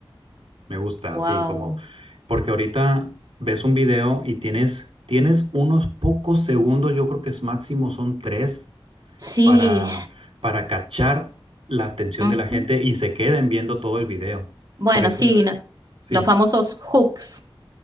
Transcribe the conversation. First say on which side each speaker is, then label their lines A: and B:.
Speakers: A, on the right; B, on the right.
A: Me gusta,
B: wow.
A: sí, como porque ahorita ves un video y tienes, tienes unos pocos segundos, yo creo que es máximo son tres,
B: Sí.
A: para, para cachar la atención
B: Ujú.
A: de la gente y se queden viendo todo el video.
B: Bueno,
A: Por eso,
B: sí,
A: eh,
B: no-
A: sí.
B: los famosos hooks.